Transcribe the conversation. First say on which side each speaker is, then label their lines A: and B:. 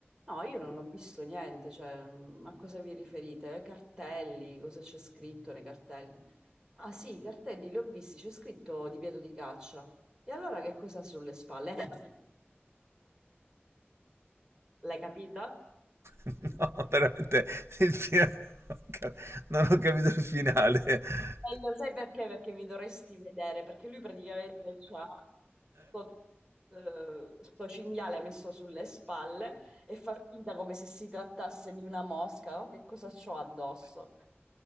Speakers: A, on the right; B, on the right.
A: No, io non ho visto niente, cioè, mh, a cosa vi riferite? Ai cartelli, cosa c'è scritto nei cartelli? Ah sì, i cartelli li ho visti, c'è scritto divieto di caccia. E allora che cosa ha sulle spalle? <laughs> L'hai capita?
B: <laughs> No, veramente il finale. Non ho capito il finale. <laughs>
A: E lo sai perché? Perché mi dovresti vedere, perché lui praticamente c'ha sto, eh, sto cinghiale messo sulle spalle e fa finta come se si trattasse di una mosca, oh, Che cosa c'ho addosso?